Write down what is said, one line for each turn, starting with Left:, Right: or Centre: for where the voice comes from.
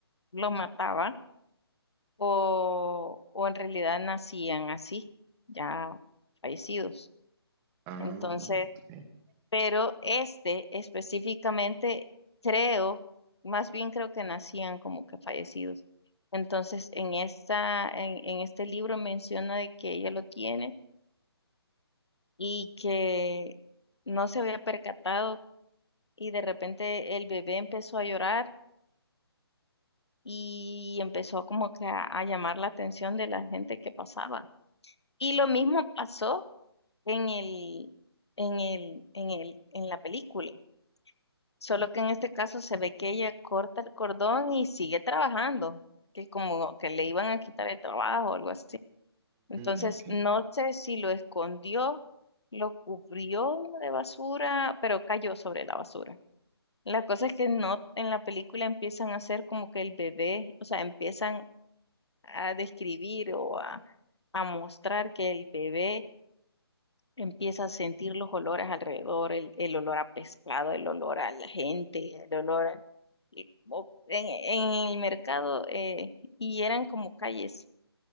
Left: lo mataba o, o en realidad nacían así, ya fallecidos.
Right: Ah,
Left: Entonces,
Right: ok.
Left: pero este específicamente creo, más bien creo que nacían como que fallecidos. Entonces, en esta, en, en este libro menciona de que ella lo tiene y que no se había percatado y de repente el bebé empezó a llorar y empezó como que a, a llamar la atención de la gente que pasaba. Y lo mismo pasó en el, en el, en el, en la película. Solo que en este caso se ve que ella corta el cordón y sigue trabajando, que como que le iban a quitar el trabajo o algo así. Entonces,
Right: Mm, ok.
Left: no sé si lo escondió, lo cubrió de basura, pero cayó sobre la basura. La cosa es que no, en la película empiezan a hacer como que el bebé, o sea, empiezan a describir o a, a mostrar que el bebé empieza a sentir los olores alrededor, el, el olor a pescado, el olor a la gente, el olor a- y- o- en, en el mercado, eh, y eran como calles